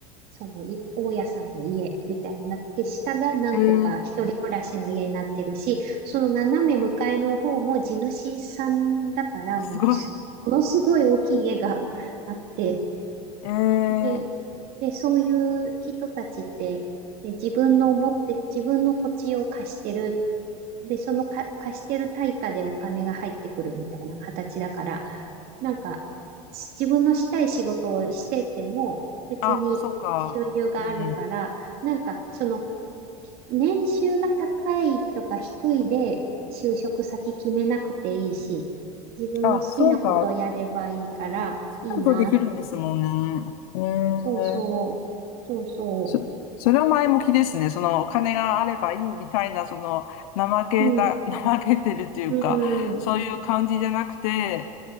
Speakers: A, on the right (about 55°); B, on the left (about 75°).
A: その、い大家さんの家みたいになってて、下が何個か一人暮らしの家になってるし、
B: えー、
A: その斜め向かいの方も地主さんだから、
B: すごい。
A: もうつ、ものすごい大きい家があって、
B: えー、
A: で、で、そういう人たちって、で自分の持って、自分の土地を貸してるで、そのか貸してる対価でお金が入ってくるみたいな形だから、なんか、し自分のしたい仕事をしてても、別に収入があるから、
B: あ、そうか。うん。
A: なんか、その、き年収が高いとか低いで、就職先決めなくていいし、自分の好きなことをやればいいから、
B: あ、そうか。そうなるとできるんですもんね。
A: いいなって。
B: え
A: そうそう。
B: え
A: そうそ
B: そ、それは前向きですね。そのお金があればいいみたいな、その怠けた、
A: う。うん。
B: <laughs> 怠けてるっていうか、
A: うん。
B: そういう感じじゃなくて、